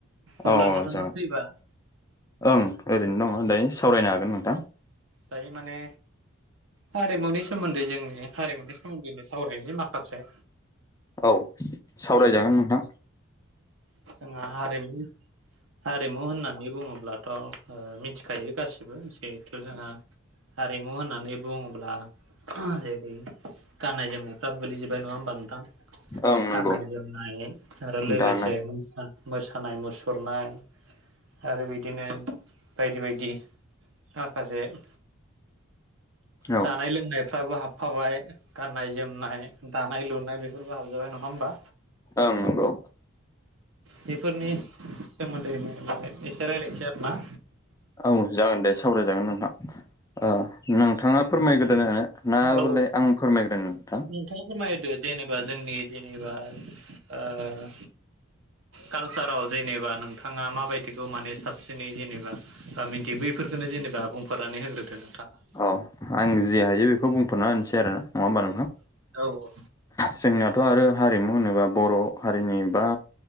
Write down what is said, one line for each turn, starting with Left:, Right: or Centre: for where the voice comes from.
Right: अब्ला
Left: औ
Right: नोंथाङा
Left: जागोन
Right: फ्रिबा।
Left: ओं ओरैनो दङ' दायो। सावरायनो हागोन नोंथां
Right: दायो माने हारिमुनि सोमोन्दै जोंनि हारिमुनि सोमोन्दैनो सावरायनायनि माखासे
Left: औ सावरायजागोन
Right: औ
Left: नोंथां
Right: जोंहा हारिमु हारिमु होननानै बुङोब्लाथ'ओ मिथिखायो गासिबो जिहेथु जोंहा हारिमु होननानै बुङोब्ला जेरै गाननाय जोमनायफ्राबो गोलैजोबबाय नङा होमबा नोंथां
Left: ओं नंगौ
Right: गाननाय जोमनाय आरो लोगोसे
Left: दानो
Right: मोसानाय मुसुरनाय आरो बिदिनो बायदि बायदि। माखासे जा
Left: औ
Right: जानाय लोंनायफ्राबो हाबफाबाय गाननाय जोमनाय दानाय लुनाय बेफोरबो हाबजाबाय नङा होमबा
Left: ओं नंगौ।
Right: बेफोरनि सोमोन्दैनो मोजांङै एसे रायज्लायनोसै आरो ना।
Left: औ जागोन दे सावरायजागोन नोंथां। ओ नोंथाङा फोरमायग्रदो ना
Right: औ
Left: बुले आं फोरमायग्रदो नोंथां।
Right: नोंथाङा फोरमायदो जेनेबा जोंनि जेनेबा ओ कालसाराव जेनेबा नोंथाङा माबायदिखौ माने साबसिनै जेनेबा बा मिन्थि बैफोरफोरखोनो जेनेबा बुंफोरनानै होग्रोदो नोंथाङा।
Left: औ आं जे हायो बेखौ बुंथ'ना होनसै आरो।
Right: औ
Left: होमबा नोंथां?
Right: अ औ अ
Left: जोंनाथ' आरो हारिमु होनोबा बर' हारिनि बा